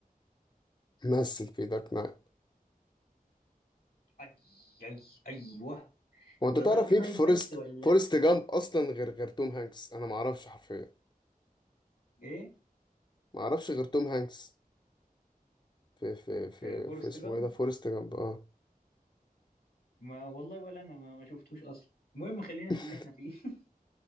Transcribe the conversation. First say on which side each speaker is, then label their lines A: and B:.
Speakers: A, on the left; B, on the left.
A: مثل في دارك نايت
B: أي أي أيوه
A: هو انت
B: ذا
A: تعرف
B: دارك نايت
A: مين في فورست
B: بس ولا
A: فورست جامب اصلا غير غير توم هانكس انا ما اعرفش حرفيا
B: إيه
A: ما اعرفش غير توم هانكس في في في
B: في فورست
A: في اسمه
B: جامب
A: ايه ده فورست جامب اه
B: ما والله ولا أنا ما, ما شفتوش أصلا المهم خلينا
A: <laughs>
B: في اللي إحنا فيه <laughs>